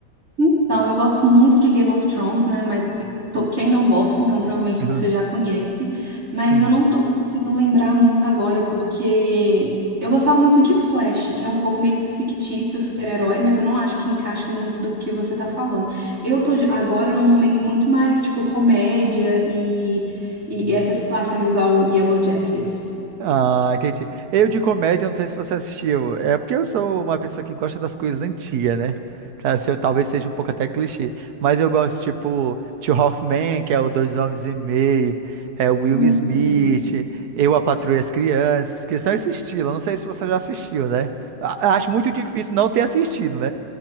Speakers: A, on the right; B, on the right.
A: Então, eu gosto muito de Game of Thrones, né? Mas tô- quem não gosta, então provavelmente
B: <laughs>
A: você já conhece. Mas
B: Sim.
A: eu não tô conseguindo lembrar muito agora, porque eu gostava muito de Flash, que é um pouco meio fictício, super-herói, mas eu não acho que encaixa muito do que você tá falando. Eu tô de- agora num momento muito mais, tipo, comédia e, e essas situações igual Yellow Jackets.
B: Ah, entendi. Eu de comédia, não sei se você assistiu. É porque eu sou uma pessoa que gosta das coisas antigas, né? Tá, se eu- Talvez seja um pouco até clichê. Mas eu gosto, tipo, Tio Hoffman, que é o Dois Homens e Meio, é o Will
A: Uhum.
B: Smith, Eu, a Patroa e as Crianças, que são esse estilo. Eu Não sei se você já assistiu, né? A- Acho muito difícil não ter assistido, né?